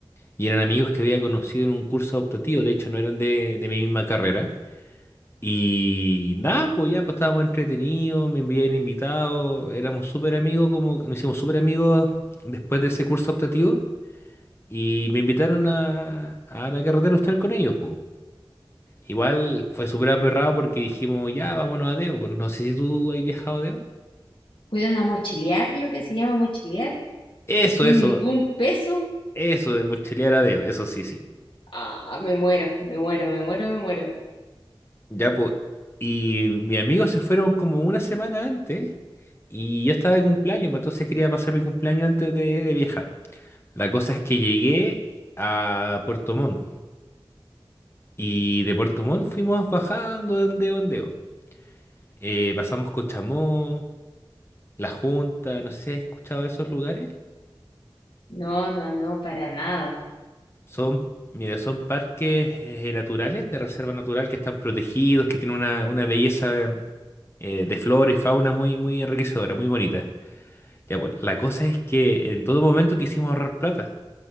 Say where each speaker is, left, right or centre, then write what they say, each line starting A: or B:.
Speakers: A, on the left; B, on the left.
A: y eran amigos que había conocido en un curso optativo. De hecho, no eran de, de mi misma carrera. Y nada, pues ya pues estábamos entretenidos, me enviaban invitados, éramos súper amigos, como que nos hicimos súper amigos después de ese curso optativo. Y me invitaron a, a la carretera austral con ellos, pues. Igual fue súper aperrado porque dijimos, ya, vámonos a Deo, pues no sé si tú has viajado a Deo.
B: Fueron a mochilear, lo que se llama mochilear,
A: Eso,
B: sin
A: eso,
B: ningún peso.
A: eso de mochilear a Deo, eso sí, sí.
B: Ah, me muero, me muero, me muero, me muero.
A: Ya, pues. Y mis amigos se fueron como una semana antes y yo estaba de cumpleaños, pues, entonces quería pasar mi cumpleaños antes de de viajar. La cosa es que llegué a Puerto Montt y de Puerto Montt fuimos bajando de ondeo a ondeo. Eh, pasamos Cochamó, La Junta, no sé si has escuchado de esos lugares.
B: No, no, no, para nada.
A: Son, mira, son parques eh, naturales, de reserva natural, que están protegidos, que tienen una, una belleza eh, de flora y fauna muy, muy enriquecedora, muy bonita. Ya, pues, la cosa es que en todo momento quisimos ahorrar plata.